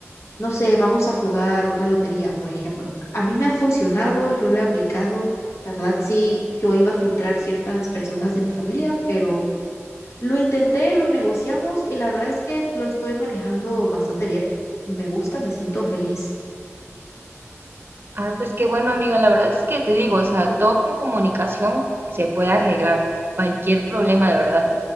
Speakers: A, on the left; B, on the right.
A: no sé, vamos a jugar la lotería, por ejemplo. A mí me ha funcionado, yo lo he aplicado. La verdad, sí, yo iba a filtrar ciertas personas de mi familia, pero lo intenté, lo negociamos y la verdad es que lo estoy manejando bastante bien. Me gusta, me siento feliz.
B: Ah, pues qué bueno, amiga. La verdad es que te digo, o sea, todo con comunicación se puede arreglar, cualquier problema de verdad.